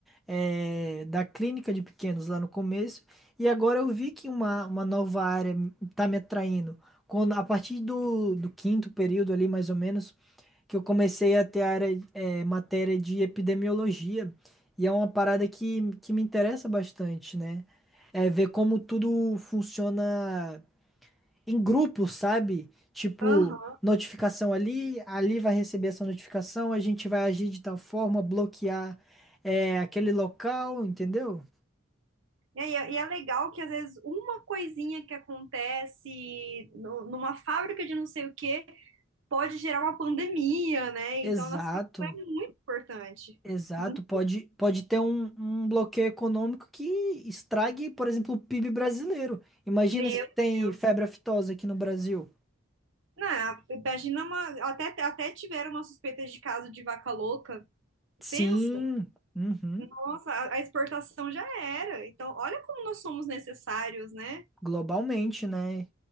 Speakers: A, in the centre; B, on the right.
A: é, da clínica de pequenos lá no começo, e agora eu vi que uma, uma nova área tá me atraindo. Quando, a partir do, do quinto período ali, mais ou menos, que eu comecei a ter área, é, matéria de epidemiologia, e é uma parada que, que me interessa bastante, né? É ver como tudo funciona em grupo, sabe? Tipo,
B: Aham.
A: notificação ali, ali vai receber essa notificação, a gente vai agir de tal forma, bloquear, é, aquele local, entendeu?
B: E, é, e é legal que, às vezes, uma coisinha que acontece no- numa fábrica de não sei o quê pode gerar uma pandemia, né? Então,
A: Exato.
B: a nossa profissão é muito importante.
A: Exato,
B: Muito,
A: pode, pode ter um, um bloqueio econômico que estrague, por exemplo, o PIB brasileiro. Imagina
B: meu
A: se tem
B: Deus.
A: febre aftosa aqui no Brasil.
B: Não, a- imagina uma. Até, até tiveram uma suspeita de caso de vaca louca.
A: Sim,
B: Pensa,
A: uhum,
B: nossa, a, a exportação já era. Então, olha como nós somos necessários, né?
A: globalmente, né?